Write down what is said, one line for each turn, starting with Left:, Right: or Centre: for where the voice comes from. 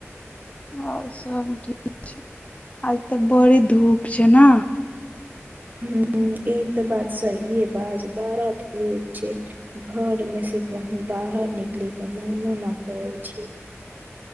Left: आओर सब ठीक छै आज तऽ बड़ी धूप छै न
Right: हूँ ई तऽ बात सहिए बाज बारा धूप छै घरमे सँ कहूँ बाहर निकलयै के मनो नै करै छै